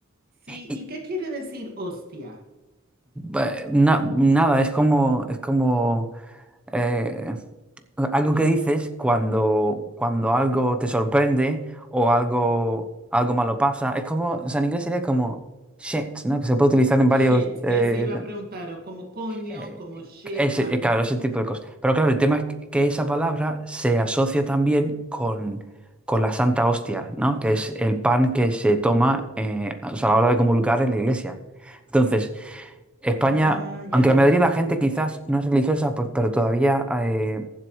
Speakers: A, on the right (about 45°); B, in the centre.
A: Sí,
B: Y,
A: ¿y qué quiere decir hostia?
B: eh, na- nada, es como, es como eh, algo que dices cuando, cuando algo te sorprende o algo, algo malo pasa. Es como, o sea, en inglés sería como shit, ¿no? Que se puede utilizar en varios,
A: Shit,
B: eh,
A: ese iba a preguntar, o como coño,
B: Eh,
A: como shit,
B: Ese,
A: algo
B: eh, claro,
A: así.
B: ese tipo de cosas. Pero claro, el tema es que que esa palabra se asocia también con, con la Santa Hostia, ¿no? Que es el pan que se toma eh, o sea, a la hora de comulgar en la iglesia. Entonces, España,
A: Ah,
B: aunque
A: ya
B: la
A: ve.
B: mayoría de la gente quizás no es religiosa, pues, pero todavía eh,